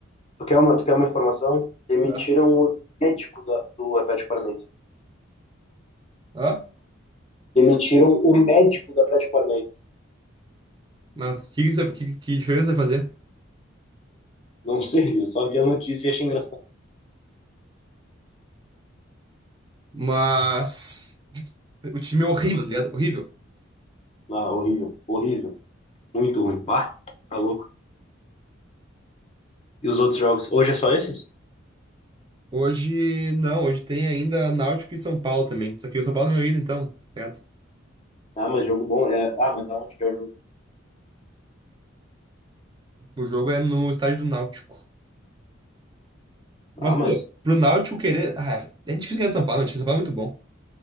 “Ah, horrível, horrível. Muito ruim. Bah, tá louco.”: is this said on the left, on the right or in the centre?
Left